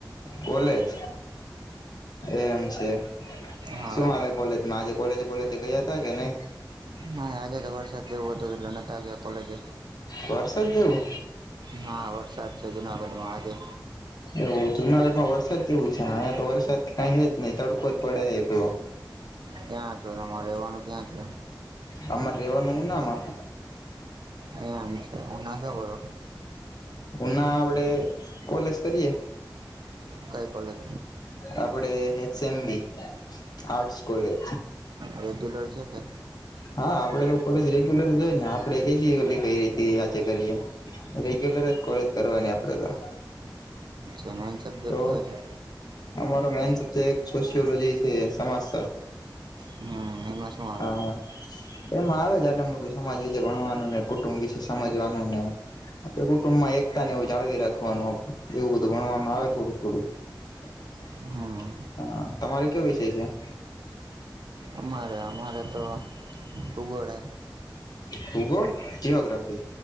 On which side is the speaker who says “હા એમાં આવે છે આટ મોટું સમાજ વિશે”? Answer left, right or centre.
Left